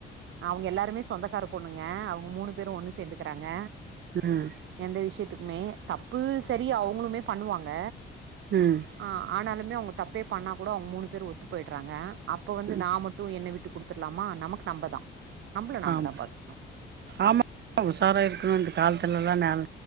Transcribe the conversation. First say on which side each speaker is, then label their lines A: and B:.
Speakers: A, on the right; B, on the right.
A: அவுங்க எல்லாருமே சொந்தக்கார பொண்ணுங்க அவுங்க மூணு பேரு ஒண்ணு சேந்துகுறாங்க
B: ம்
A: எந்த விஷ்யத்துக்குமே தப்பு செரி அவ்ங்குளுமே பண்ணுவாங்க
B: ம்
A: ஆ ஆனாலுமே அவங்க தப்பே பண்ணா கூடோ அவுங் மூணு பேரு ஒத்து போயிட்றாங்க அப்போ வந்து
B: ம்
A: நா மட் டு என்ன விட்டு குடுத்துர்லாமா நமக்கு நம்பதா நம்மள நாம
B: ஆமா
A: தா பாத்துக்கணு
B: ஆமா உசாரா இருக்குணு இந்த கால்த்துலல்லா நான்